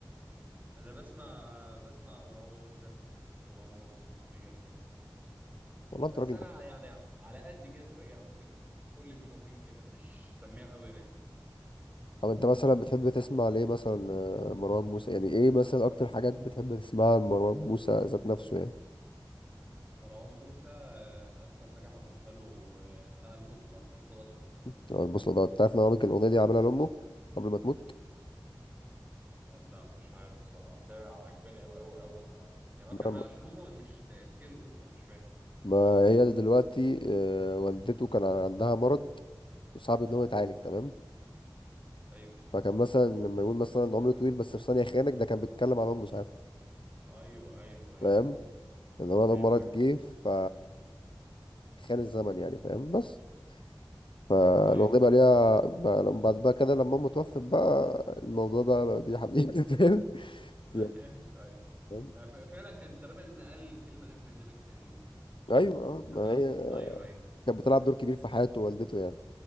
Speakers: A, on the right; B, on the left.
A: انا بسمع بسمع مروان موسى ومروان بابلو وليجاسي
B: والله انت
A: بس
B: راجل
A: انا
B: محترم
A: يعني على قد كده في الراب انا ممكن كل فين وفين كده مش سميع قوي راب
B: طب انت مثلا بتحب تسمع ليه مثلا آه، مروان موسى يعني ايه مثلا اكتر حاجات بتحب تسمعها لمروان موسى ذات نفسه يعني
A: مروان موسى آه، اكتر حاجه حبيتها له آه، بتاع البوصله البوصله ضاعت في المحيط
B: اه البوصلة ده انت عارف ان هو كان الاغنية دي عاملها لامه قبل ما تموت
A: والله مش عارف بصراحة بس هي عجباني أوي أوي أوي بصراحة يعني هو
B: ما,
A: كان عاملها عشان أمه مش تحكي له قصة مش فاهم
B: ما هي دلوقتي آه، والدته كان عندها مرض صعب ان هو يتعالج تمام
A: أيوه
B: فكان مثلا لما يقول مثلا عمر طويل بس في ثانية خانك ده كان بيتكلم عن عمره ساعتها
A: أيوه أيوه أيوه
B: فاهم
A: فهمت
B: اللي هو
A: فهمتك
B: لما مرض
A: أه
B: جه ف خان الزمن يعني فاهم بس فالأغنية
A: أيوه
B: بقى
A: أيوه
B: ليها بقى لما- بعد بقى كده لما أمه توفت بقى الموضوع بقى بقى بيه حبيبي <laughs> فاهم بي-
A: <laughs> أيوه أيوه
B: فاهم
A: يعني ف- فعلا كان تقريبا قال الكلمة دي في برنامج تقريبا
B: أيوه آه،
A: افتكرت
B: ما هي
A: أيوه أيوه
B: كانت بتلعب دور كبير في حياة والدته يعني